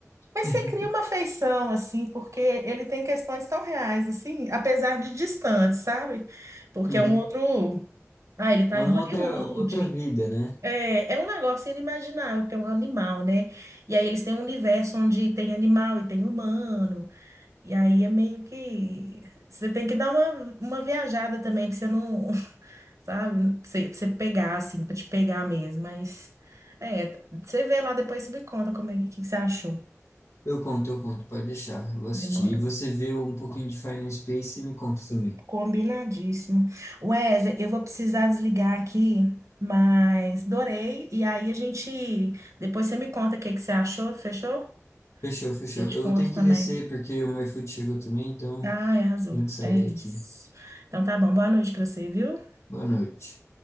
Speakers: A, on the right; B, on the left.
A: Mas
B: <laughs>
A: você cria uma afeição, assim, porque ele tem questões tão reais, assim, apesar de distante, sabe? Porque
B: Uhum.
A: é um outro. Ah, ele tá
B: É
A: em
B: uma
A: Hollywood.
B: outra, outra vida, né?
A: É, é um negócio inimaginável, porque é um animal, né? E aí eles têm um universo onde tem animal e tem humano. E aí é meio que. Você tem que dar uma, uma viajada também, pra você não. <laughs> Sabe? Pra você, pra você pegar, assim, pra te pegar mesmo. Mas. É, você vê lá depois, você me conta como é que, que você achou.
B: Eu conto, eu conto, pode deixar. Eu vou assistir.
A: Demorou.
B: E você vê um pouquinho de Final Space e me conta também.
A: Combinadíssimo. Wesley, eu vou precisar desligar aqui, mas adorei. E aí a gente. Depois você me conta o que que você achou, fechou?
B: Fechou, fechou.
A: Eu te
B: Eu
A: conto
B: tenho que
A: também.
B: descer porque o meu iFood chegou também, então
A: Ai, arrasou.
B: tenho que sair
A: É isso.
B: aqui.
A: Então tá bom. Boa noite pra você, viu?
B: Boa noite.